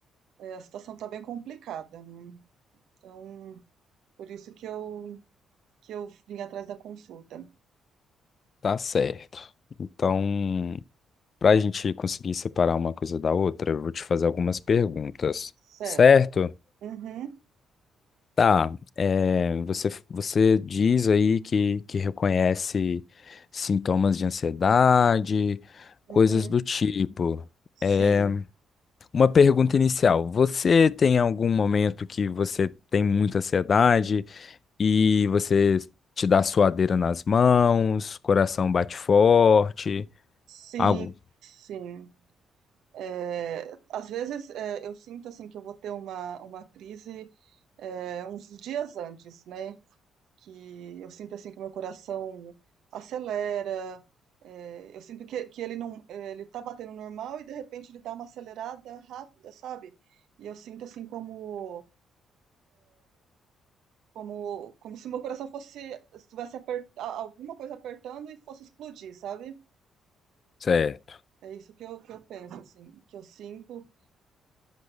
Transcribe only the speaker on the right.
É, a situação tá bem complicada, né? Então, por isso que eu, que eu vim atrás da consulta.
Certo.
Uhum,
uhum.
Sim,
sim,
sim. É, às vezes é, eu sinto assim que eu vou ter uma, uma crise é, uns dias antes, né? Que eu sinto assim que meu coração acelera. é, eu sinto que, que ele não, é, ele tá batendo normal e de repente ele dá uma acelerada rápida, sabe? E eu sinto assim como como como se meu coração fosse estivesse aper- a- alguma coisa apertando e fosse explodir, sabe?
É isso que eu, que eu penso, assim, que eu sinto.